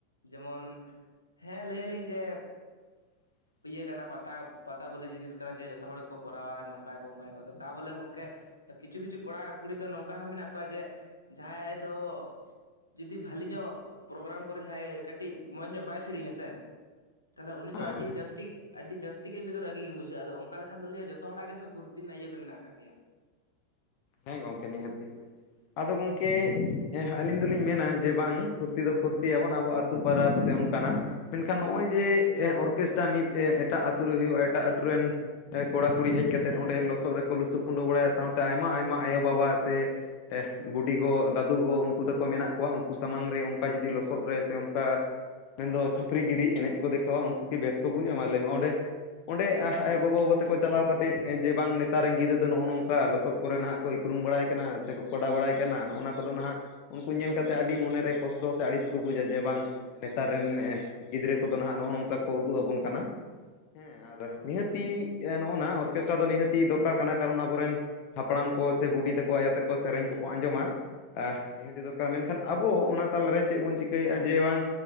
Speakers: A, on the left; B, on the left.
A: ᱡᱮᱢᱚᱱ ᱦᱮᱸ ᱞᱟᱹᱭ ᱟᱹᱞᱤᱧ ᱡᱮ
B: <inaudible>
A: ᱯᱤᱭᱟᱹ ᱠᱟᱱᱟ ᱯᱟᱛᱟ ᱯᱟᱛᱟ ᱵᱚᱞᱮ ᱡᱤᱱᱤᱥ ᱠᱟᱱᱟ ᱡᱮ ᱡᱚᱛᱚ ᱦᱚᱲ ᱜᱮᱠᱚ ᱠᱚᱨᱟᱣᱟ ᱱᱚᱝᱠᱟᱭ ᱟᱠᱚ ᱚᱝᱠᱟᱭ ᱟᱠᱚ ᱛᱟᱵᱚᱞᱮ ᱜᱚᱝᱠᱮ᱾ ᱠᱤᱪᱷᱩ ᱠᱤᱪᱷᱩ ᱠᱚᱲᱟ ᱠᱩᱲᱤ ᱫᱚ ᱱᱚᱝᱠᱟ ᱦᱚᱸ ᱢᱮᱱᱟᱜ ᱠᱚᱣᱟ ᱡᱮ ᱡᱟᱦᱟᱸᱭ ᱫᱚ᱾ ᱡᱩᱫᱤ ᱵᱷᱟᱞᱤ ᱧᱚᱜ ᱯᱨᱳᱜᱨᱟᱢ ᱠᱚᱨᱮ ᱡᱟᱦᱟᱸᱭ ᱠᱟᱹᱴᱤᱡ ᱢᱚᱸᱡᱽ ᱧᱚᱜ ᱵᱟᱭ ᱥᱤᱨᱤᱧᱟ ᱥᱮ ᱛᱟᱦᱚᱞᱮ ᱩᱱᱤ
B: ᱦᱮᱸ
A: ᱫᱚ ᱟᱹᱰᱤ ᱡᱟᱹᱥ ᱛᱤ ᱟᱹᱰᱤ ᱡᱟᱹᱥᱛᱤ ᱜᱤ ᱩᱱᱤ ᱫᱚ ᱨᱟᱹᱜᱤ ᱜᱮ ᱵᱩᱡᱷᱟᱹᱜᱼᱟ ᱟᱫᱚ ᱚᱱᱠᱟ ᱞᱮᱠᱷᱟᱱ ᱫᱚ ᱦᱩᱭᱩᱜᱼᱟ ᱡᱚᱛᱚ ᱦᱚᱲᱟᱜ ᱜᱮ ᱥᱮ ᱯᱷᱩᱨᱛᱤ ᱨᱮᱱᱟᱜ ᱤᱭᱟᱹ ᱫᱚ ᱢᱮᱱᱟᱜ ᱠᱟᱜ ᱜᱮᱭᱟ᱾
B: ᱦᱮᱸ ᱜᱚᱝᱠᱮ ᱱᱤᱦᱟᱹᱛᱤ ᱱᱤᱦᱟᱹᱛᱤ ᱟᱫᱚ ᱜᱚᱝᱠᱮ᱾ ᱦᱮᱸ ᱟᱹᱞᱤᱧ ᱫᱩᱞᱤᱧ ᱢᱮᱱᱟ ᱡᱮ ᱵᱟᱝ ᱯᱷᱩᱨᱛᱤ ᱫᱚ ᱯᱷᱩᱨᱛᱤ ᱭᱟ ᱵᱚᱱ ᱟᱵᱚ ᱟᱛᱩ ᱯᱟᱨᱟᱵᱽ ᱥᱮ ᱚᱱᱠᱟᱱᱟᱜ᱾ ᱢᱮᱱᱠᱷᱟᱱ ᱱᱚᱜᱼᱚᱭ ᱡᱮ ᱚᱨᱠᱮᱥᱴᱟ ᱢᱤᱫ ᱮᱴᱟᱜ ᱟᱛᱩ ᱨᱮ ᱦᱩᱭᱩᱜᱼᱟ ᱮᱴᱟᱜ ᱟᱴᱩ ᱨᱮᱱ ᱠᱚᱲᱟ ᱠᱩᱲᱤ ᱦᱮᱡ ᱠᱟᱛᱮᱜ ᱚᱸᱰᱮ ᱞᱚᱥᱚᱫ ᱨᱮᱠᱚ ᱞᱩᱥᱩ ᱯᱩᱸᱰᱩ ᱵᱟᱲᱟᱭᱟ ᱥᱟᱶᱛᱮ ᱟᱭᱢᱟ ᱟᱭᱢᱟ ᱟᱭᱳ ᱵᱟᱵᱟ ᱥᱮ᱾ ᱮᱦ ᱵᱩᱰᱤ ᱜᱚ ᱫᱟᱫᱩ ᱜᱚ ᱩᱱᱠᱩ ᱛᱟᱠᱩ ᱢᱮᱱᱟᱜ ᱠᱚᱣᱟ ᱩᱱᱠᱩ ᱥᱟᱢᱟᱝ ᱨᱮ ᱚᱱᱠᱟ ᱡᱩᱫᱤ ᱞᱚᱥᱚᱫ ᱨᱮ ᱥᱮ ᱚᱱᱠᱟ ᱢᱮᱱᱫᱚ ᱪᱷᱟᱯᱨᱤ ᱜᱤᱨᱤ ᱮᱱᱮᱡ ᱠᱚ ᱫᱮᱠᱷᱟᱣᱟ ᱩᱱᱠᱩ ᱠᱤ ᱵᱮᱥ ᱠᱚ ᱵᱩᱡᱟ ᱢᱟ ᱞᱟᱹᱭ ᱢᱮ ᱚᱸᱰᱮ᱾ ᱚᱸᱰᱮ <unintelligible>
A: ᱦᱳᱭ
B: ᱜᱚᱜᱚ ᱵᱟᱵᱟ ᱛᱟᱠᱚ ᱪᱟᱞᱟᱣ ᱠᱟᱛᱮᱫ ᱡᱮ ᱵᱟᱝ ᱱᱮᱛᱟᱨ ᱨᱮᱱ ᱜᱤᱫᱽᱨᱟᱹ ᱫᱚ ᱱᱚᱜᱼᱚᱭ ᱱᱚᱝᱠᱟ ᱞᱚᱥᱚᱫ ᱠᱚᱨᱮ ᱱᱟᱦᱟᱸᱜ ᱠᱚ ᱤᱠᱷᱲᱩᱢ ᱵᱟᱲᱟᱭ ᱠᱟᱱᱟ ᱥᱮᱠᱚ ᱠᱟᱰᱟ ᱵᱟᱲᱟᱭ ᱠᱟᱱᱟ ᱱᱚᱜ ᱱᱟ ᱠᱚᱫᱚ ᱱᱟᱦᱟᱸᱜ ᱩᱱᱠᱩ ᱧᱮᱞ ᱠᱟᱛᱮᱫ ᱟᱰᱤ ᱢᱚᱱᱮᱨᱮ ᱠᱚᱥᱴᱚ ᱥᱮ ᱟᱲᱤᱥ ᱠᱚ ᱵᱩᱡᱟ ᱡᱮ ᱵᱟᱝ ᱱᱮᱛᱟᱨ ᱨᱮᱱ <unintelligible> ᱜᱤᱫᱽᱨᱟᱹ ᱠᱚᱫᱚ ᱱᱟᱦᱟᱸᱜ ᱱᱚᱜᱼᱚᱭ ᱱᱚᱝᱠᱟ ᱠᱚ ᱩᱫᱩᱜ ᱟᱵᱩᱱ ᱠᱟᱱᱟ᱾ ᱦᱮᱸ ᱟᱨ
A: ᱦᱳᱭ
B: ᱱᱤᱦᱟᱹᱛᱤ ᱱᱚᱜᱼᱱᱟ ᱚᱨᱠᱮᱥᱴᱟ ᱫᱚ ᱱᱤᱦᱟᱹᱛᱤ ᱫᱚᱨᱠᱟᱨ ᱠᱟᱱᱟ ᱠᱟᱨᱚᱱ ᱟᱵᱚᱨᱮᱱ ᱦᱟᱯᱲᱟᱢ ᱠᱚ ᱥᱮ ᱵᱩᱰᱤ ᱛᱟᱠᱚ ᱟᱭᱳ ᱛᱟᱠᱚ ᱥᱮᱨᱮᱧ ᱠᱚᱠᱚ ᱟᱸᱡᱚᱢᱟ᱾ ᱟ ᱱᱤᱦᱟᱹᱛᱤ ᱫᱚᱨᱠᱟᱨᱟ ᱢᱮᱱᱠᱷᱟᱱ ᱟᱵᱚ ᱚᱱᱟ ᱛᱟᱞᱟᱨᱮ ᱪᱮᱫ ᱵᱚᱱ ᱪᱤᱠᱟᱹᱭᱮᱫᱼᱟ ᱡᱮ ᱵᱟᱝ